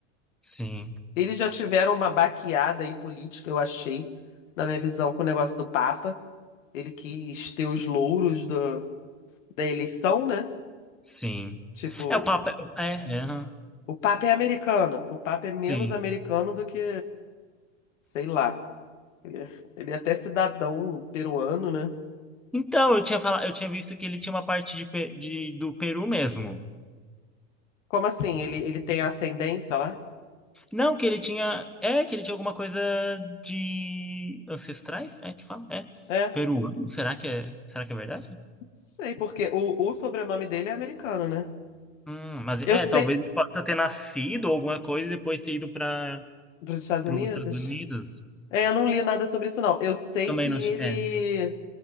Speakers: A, in the centre; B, on the left.
A: sim,
B: Eles já tiveram uma baqueada aí política, eu achei, na minha visão, com o negócio do Papa. Ele quis ter os louros do- da eleição, né?
A: sim.
B: Tipo,
A: É o papel. É, é, é, aham.
B: o Papa é americano. O Papa é menos
A: Sim.
B: americano do que, sei lá. Ele é, ele é até cidadão peruano, né?
A: Então, eu tinha falado, eu tinha visto que ele tinha uma parte de, Pe- de- do Peru mesmo.
B: Como assim? Ele, ele tem ascendência lá?
A: Não, que ele tinha. É, que ele tinha alguma coisa de ancestrais? É que fala? É.
B: É,
A: Peruano? Será que é, será que é verdade?
B: sei, porque o, o sobrenome dele é americano, né?
A: Hum, mas é,
B: Eu sei,
A: talvez ele possa ter nascido ou alguma coisa e depois ter ido para
B: Dos Estados Unidos?
A: os Estados Unidos.
B: É, eu não li nada sobre isso, não. Eu sei
A: Também
B: que
A: não.
B: ele,
A: É.